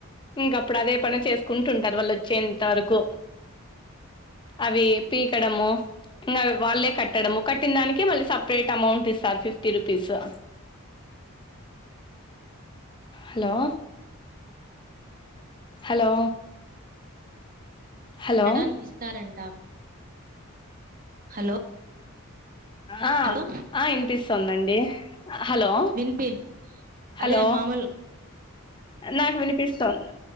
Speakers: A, on the left; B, on the right.
A: ఇంక అప్పుడు అదే పని చేసుకుంటుంటారు వాళ్ళు వచ్చేంత వరకు అవి పీకడము ఇంకా వాళ్ళే కట్టడము కట్టిందానికి మళ్ళీ సపరేట్ అమౌంట్ ఇస్తారు ఫిఫ్ టి రూపీసో హలో హలో హలో
B: పెట్టడానికి ఇస్తారంట హలో
A: ఆ
B: హలో!
A: ఆ ఇనిపిస్తుంటుంది హలో
B: వినిపి
A: హలో
B: అదే మామూలు
A: నాకు వినిపిస్తాంది